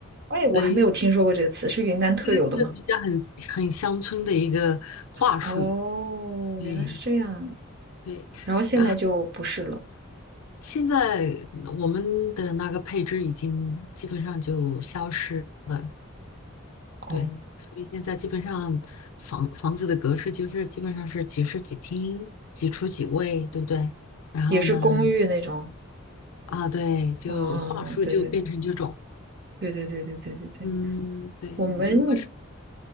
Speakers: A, on the right; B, on the left.
A: 哎，我还没有听说过这个词，
B: 对，
A: 是云南特有的吗？
B: 这个是比较很很乡村的一个话术，
A: 哦，
B: 对
A: 原来是这样，
B: 对。
A: 然后现在就不是了。
B: 然后现在我们的那个配置已经基本上就消失了，
A: 哦，
B: 对，所以现在基本上房房子的格式就是基本上是几室几厅、几厨几卫，对不对？然后呢，
A: 也是公寓那种。
B: 啊，对，就话术就变成这种，
A: 哦，对对对对对对对对对，
B: 嗯，对，
A: 我们。
B: 我们当时，